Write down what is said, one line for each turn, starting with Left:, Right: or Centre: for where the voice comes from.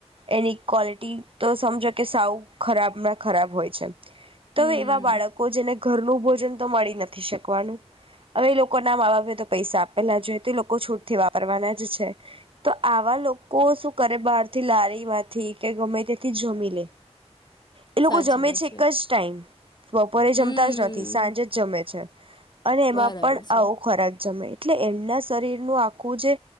Right: એની ક્વોલિટી તો સમજો કે સાવ ખરાબ માં ખરાબ હોય છે.
Left: હમ,
Right: તો એવા બાળકો જેને ઘરનું ભોજન તો મળી નથી શકવાનું, હવે લોકો ના મા બાપે તો પૈસા આપેલા જોએ તો લોકો છૂટ થી વાપરવાના જ છે, તો આવા લોકો શું કરે બહારથી લારી માંથી કે ગમે તેથી જમી લે. એ લોકો
Left: સાચી
Right: જમે
Left: વાત
Right: છે એક જ ટાઈમ. બપોરે
Left: હમ,
Right: જમતા જ નથી, સાંજે જ જમે છે. અને એમાં
Left: બરાબર
Right: પણ
Left: છે.
Right: આવો ખોરાક જમે એટલે એમના શરીર નું આખું જે